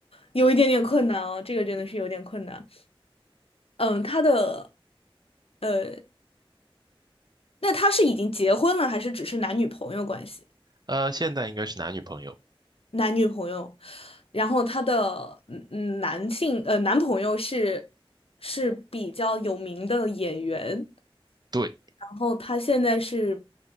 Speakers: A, on the left; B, on the right.
A: 有一点点困难哦，这个真的是有点困难。嗯，他的呃，那他是已经结婚了，还是只是男女朋友关系？
B: 呃，现在应该是男女朋友，
A: 男女朋友，然后她的嗯嗯男性呃男朋友是是比较有名的演员，
B: 对，
A: 然后她现在是